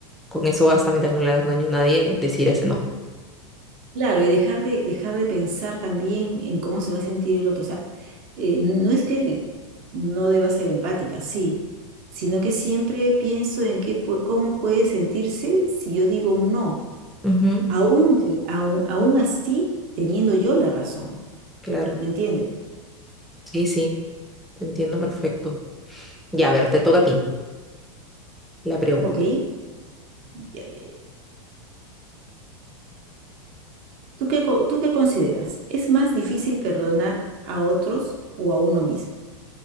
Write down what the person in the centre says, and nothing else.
con eso basta mientras no le das daño a nadie, decir ese no.
Ujú,
Claro,
sí, sí, te entiendo perfecto. Ya, a ver, te toca a ti la pregunta.